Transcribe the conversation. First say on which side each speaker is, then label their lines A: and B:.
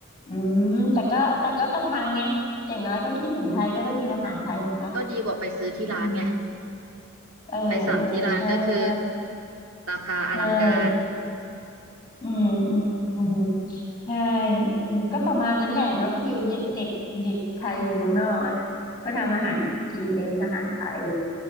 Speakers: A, on the left (about 20°); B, on the right (about 85°).
A: อืม แต่ก็แต่ก็ประทังไงอย่างน้อยก็คิดถึงไทยก็ได้กินอาหารไทยถูกไหม
B: ก็ดีกว่าไปซื้อที่ร้านไง
A: อืมเออเออใช่ใช่ใช
B: ไปสั่งที่ร้านก็คือราคาอลังการ
A: ่อืมอืมอืมใช่อืมก็ประมาณนั้นแหละเนาะฟิลเด็กเด็กเด็กไทยอยู่เมืองนอกแล้วเนอะก็ทำอาหารกินเองอาหารไทย